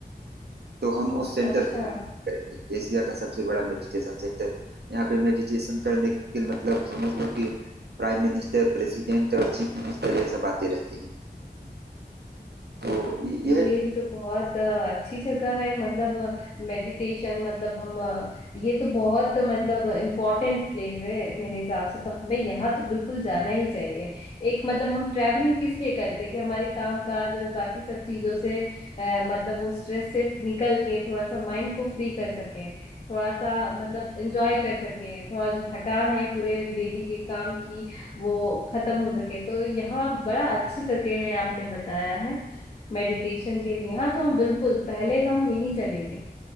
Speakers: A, on the right; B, on the left.
A: तो हम उस सेंटर
B: अच्छा
A: को भी विजिट करेंगे एशिया का सबसे बड़ा मेडिटेशन सेंटर यहाँ पे मेडिटेशन करने के लिए मतलब समझ लो कि प्राइम मिनिस्टर प्रेसिडेंट और चीफ मिनिस्टर यह सब आते रहते हैं तो
B: ये
A: यह
B: तो बहुत अ, अच्छी जगह है मतलब मेडिटेशन मतलब हम अ, ये तो बहुत अ, मतलब इम्पोर्टेंट प्लेस है मेरे हिसाब से तो हमें यहाँ तो बिल्कुल जाना ही चाहिए एक मतलब हम ट्रैवलिंग किस लिए करते हैं कि हमारे काम काज और बाकी सब चीजों से अ, मतलब वो स्ट्रेस से निकल के थोड़ा सा माइंड को फ्री कर सके थोड़ा सा मतलब एंजॉय कर सके थोड़ा जो थकान है पूरे डेली के काम की वो खत्म हो सके तो यहाँ बड़ा अच्छी जगह है आपने बताया है मेडिटेशन के लिए हाँ तो हम बिल्कुल पहले हम यहीं चलेंगे